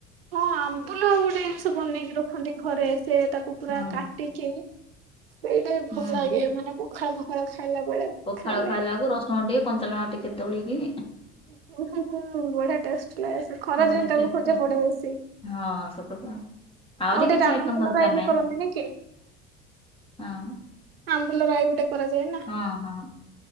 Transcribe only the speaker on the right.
ହଁ ଆମ୍ବୁଲ ଆଉ ଗୋଟେ ଜିନିଷ ବନେଇକି ରଖନ୍ତି ଘରେ ସେ ତାକୁ ପୁରା
କାଟିକି ସେଇଟା ବି ଭଲ
ଲାଗେ ମାନେ ପଖାଳ <unintelligible>
ଖାଇଲେ
<unintelligible> ହୁ ବଢିଆ ଟେଷ୍ଟ ଲାଗେ ଖରାଦିନ
ତାକୁ
ଖୋଜା
ପଡେ ବେଶୀ
<inaudible>
ଆଉ
ଗୋଟେଲଈ
ବି
କରନ୍ତି ନି କି <inaudible>
ଲ ରାଇ ଗୋଟେ କରାଯାଏ ନା।